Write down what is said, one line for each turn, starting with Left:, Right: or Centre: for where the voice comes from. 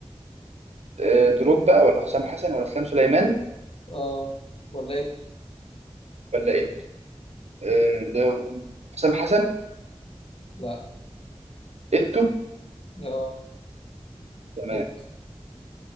Right: آه، دروب بقى ولا حسام حسن ولا اسلام سليمان
Left: اه ولا ايتو
Right: ولا ايه آه، ده حسام حسن
Left: لا
Right: ايتو
Left: اه
Right: تمام
Left: ايتو